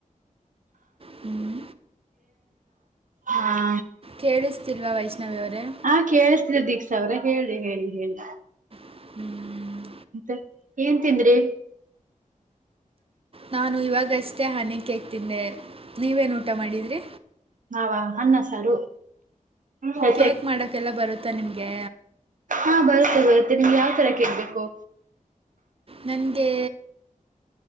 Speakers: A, on the right; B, on the right.
A: ಹ್ಞೂ
B: ಹಾ
A: ಕೇಳಿಸ್ತಿಲ್ವಾ ವೈಷ್ಣವಿ ಅವರೇ
B: ಹಾ ಕೇಳಿಸ್ತೀರ ದೀಕ್ಷಾ ಅವ್ರೆ ಹೇಳಿ ಹೇಳಿ ಹೇಳಿ
A: ಹ್ಮ್ <inaudible>
B: ಮತೇ ಏನ್ ತಿಂದ್ರಿ
A: ನಾನು ಇವಾಗಷ್ಟೇ ಹಾನಿಕಕ್ ತಿಂದೆ ನೀವೇನು ಊಟ ಮಾಡಿದಿರಿ
B: ನಾಹವಾ ಅನ್ನ ಸಾರು ಹ
A: ಕೇಕ್ ಮಾಡೋಕ್ಕೆಲ್ಲ ಬರುತ್ತಾ ನಿಮಗೆ
B: ಹಾ ಬಸ್ ತ್ತೆ ನಿಮ್ಗೆ ಯಾವ್ ತರ ಕೇಳ್ಬೇಕು
A: ನನ್ಗೆ